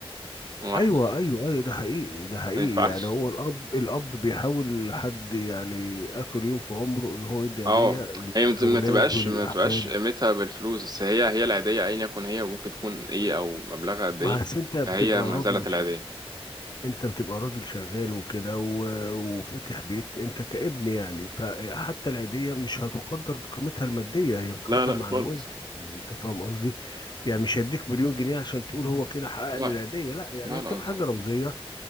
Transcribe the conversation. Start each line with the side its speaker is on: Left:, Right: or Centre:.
Right: هو احنا
Left: أيوه أيوه أيوه ده حقيقي ده حقيقي
Right: ما ينفعش
Left: يعني هو الأب الأب بيحاول لحد يعني آخر يوم في عمره إن هو يدي
Right: اه
Left: هدية للأولاد
Right: هي مت- ما تبقاش
Left: وللأحفاد
Right: ما تبقاش قيمتها بالفلوس بس هي هي العيديه ايا يكن هي ممكن تكون ايه او مبلغها قد
Left: ما
Right: ايه
Left: أصل أنت بتبقى
Right: فهي
Left: راجل
Right: ما زالت العيديه
Left: انت بتبقى راجل شغال وكده و- وفاتح بيت انت كابن يعني فحتى العيدية مش هتقدر بقيمتها المادية هي بقيمتها
Right: لا لا
Left: المعنوية
Right: خالص
Left: يعني انت فاهم قصدي يعني مش هيديك مليون جنيه عشان تقول هو كده حقق
Right: لا
Left: لي العيدية لا يعني
Right: لا
Left: هي بتبقى
Right: لا طبعا
Left: حاجة رمزية